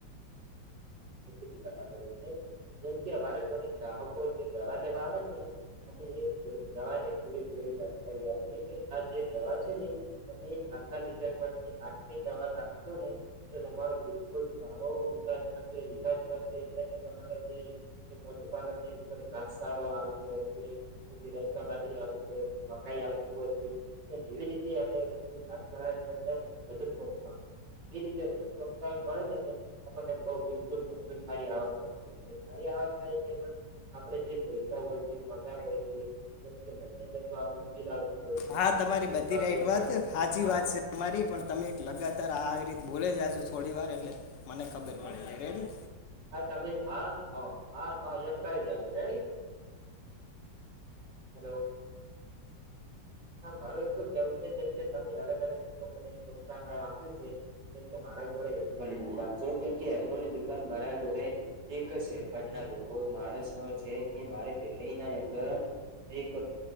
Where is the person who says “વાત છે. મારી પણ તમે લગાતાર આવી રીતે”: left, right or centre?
Left